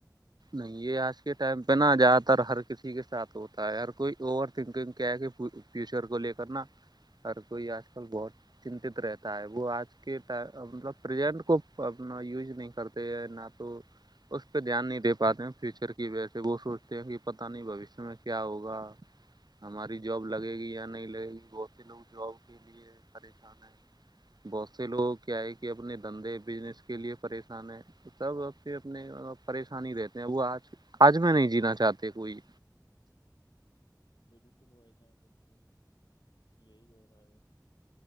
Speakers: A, on the right (about 65°); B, on the left (about 75°).
A: نہیں یہ آج کے ٹائم پہ نا زیادہ تر ہر کسی کے ساتھ ہوتا ہے ہر کوئی اوور تھنکنگ کیا ہے کہ فیوچر کو لے کر نا ہر کوئی آج کل بہت چنت رہتا ہے وہ آج کے مطلب پرزنٹ کو اپنا یوز نہیں کرتے ہیں نہ تو اس پہ دھیان نہیں دے پ پاتے ہیں فیوچر کی وجہ سے وہ سوچتے ہیں کہ پتاہ نہیں بوشیہ میں کیا ہوگا ہماری جاب لگے گی یا نہیں لگے گی بہت سے لوگ جاب کے لیے پریشان ہے بہت سے لوگ کیا ہے کہ اپنے دھندے بزنس کے لیے پریشان ہیں تبھر اپنے پریشانی رہتے ہیں وہ آج آج میں نہیں جینا چاہتے کوئی
B: بالکل وہائی نہیں یہی ہو رہا ہے